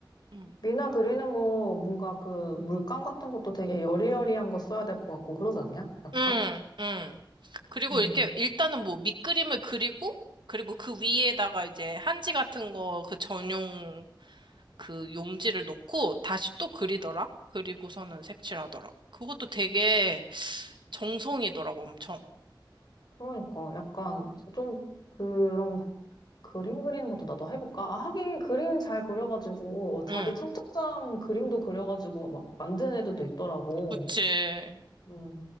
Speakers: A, on the right; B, on the left.
A: 응,
B: 미나 그리는 거 뭔가 그 물감 같은 것도 되게 여리여리한 거 써야 될 것 같고 그러지 않냐? 약간?
A: 응, 응. 그리고
B: 음.
A: 이렇게 일단은 뭐 밑그림을 그리고, 그리고 그 위에다가 이제 한지 같은 거 그 전용 그 용지를 놓고 다시 또 그리더라? 그리고서는 색칠하더라고. 그것도 되게 정성이더라고, 엄청.
B: 그러니까 약간 좀 그런 그림 그리는 것도 나도 해볼까? 아, 하긴 그림 잘 그려가지고 자기
A: 응,
B: 청첩장 그림도 그려가지고 막 만드는 애들도 있더라고.
A: 그치.
B: 음.